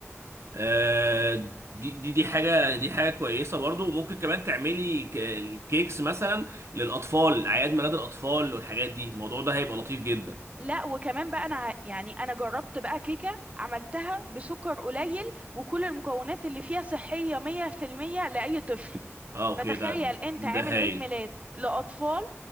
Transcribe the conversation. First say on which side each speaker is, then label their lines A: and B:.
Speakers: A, on the right; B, on the right.
A: آه، دي دي دي حاجه دي حاجه كويسه برضو وممكن كمان تعملي ك- كيكس مثلا للاطفال اعياد ميلاد الاطفال والحاجات دي الموضوع ده هيبقى لطيف جدا
B: لا وكمان بقى انا ه- يعني انا جربت بقى كيكة عملتها بسكر قليل وكل المكونات اللي فيها صحية 100% لأي طفل
A: اه اوكي
B: فتخيل
A: ده
B: انت
A: ده
B: عامل
A: هايل
B: عيد ميلاد لأطفال